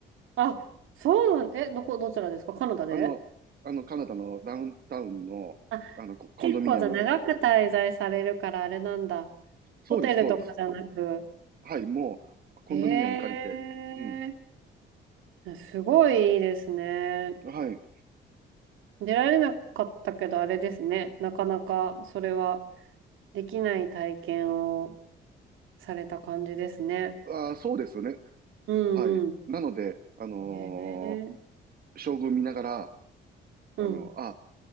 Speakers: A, on the right; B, on the right.
A: あ、そうなん、え、どこ、どちらですかカナダで
B: あの、あの、カナダのダウンタウンの、
A: あ、
B: あの、ココンドミニアム。
A: 結構じゃあ長く滞在されるからあれなんだ。
B: そうです、
A: ホテルとかじゃなく。
B: そうです。はい、もう、コンドミニアム借りて。
A: へえ、
B: うん。
A: すごいいいですね。
B: はい。
A: 出られなかったけどあれですね。なかなかそれはできない体験をされた感じですね。
B: あー、そうですよね。
A: うんう
B: はい。なので、あのー
A: ん。へえ、
B: 将軍見ながら、
A: うん。
B: あの、あ、